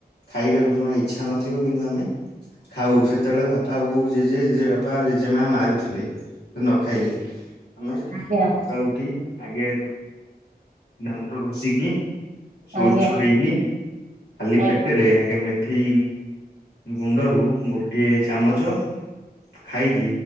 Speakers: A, on the left; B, on the right.
A: ଖାଇବାକୁ ଜମା ଇଚ୍ଛା ନଥିବ କିନ୍ତୁ ଆମେ। ଖାଉ ସେତେବେଳେ ବାପା ବୋଉ ଜେଜେ ଜେଜେ ବାପା ଜେଜେ ମା ମାରୁଥିଲେ। ସେ ନ ଖାଇଲେ ଆମେ
B: ଆଜ୍ଞା
A: ସକାଳୁ ଉଠି ଆଗେ। ଦାନ୍ତ ଘଷିକି ଶୌଚ
B: ଆଜ୍ଞା
A: ହେଇକି ଖାଲି
B: ଆଜ୍ଞା
A: ପେ ଟେରେ ଆଗେ ମେଥି ଗୁଣ୍ଡରୁ ଗୋଟିଏ ଚାମଚ। ଖାଇକି